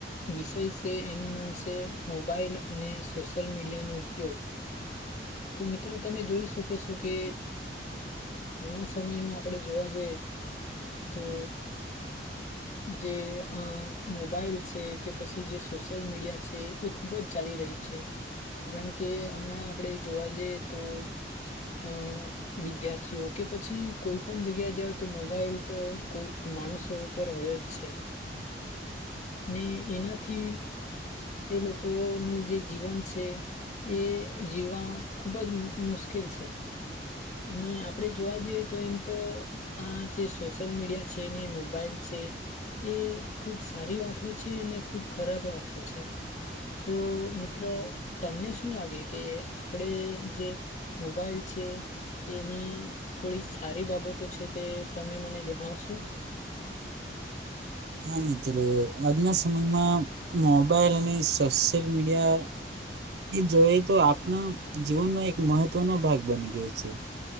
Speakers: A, on the left; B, on the right.
A: વિષય છે એનું નામ છે મોબાઈલ અને સોશિયલ મીડિયાનો ઉપયોગ. તો મિત્રો તમે જોઈ શકો છો કે હાલના સમયમાં આપણેે જોવા જઈએ તો જે અ મોબાઈલ છે કે પછી જે સોશિયલ મીડિયા છે. એ ખુબ જ ચાલી રહી છે કારણ કે હમણાં આપણે જોવા જઈએ તો અ વિદ્યાર્થીઓ કે પછી કોઈ પણ જગ્યા જાઓ તો મોબાઈલ તો કોઈ માણસો પર હોય જ છે. ને એનાથી એ લોકોનું જે જીવન છે એ જીવવા ખુબ જ મુશ્કેલ છે. અને આપડે જોવા જઈએ, તો એમ તો આ જે સોશિયલ મીડિયા છે ને મોબાઈલ છે એ ખુબ સારી વાતો છે, ખુબ ખરાબ વાતો છે. તો મિત્ર તમને શું લાગે કે આપણે જે મોબાઈલ છે એની થોડી સારી બાબતો છે તે તમે મને જણાવશો?
B: હા મિત્ર આજના સમયમાં મોબાઈલ અને સોશિયલ મીડિયા જોઈ તો આપણા જીવનનો એક મહત્વનો ભાગ બની ગયો છે.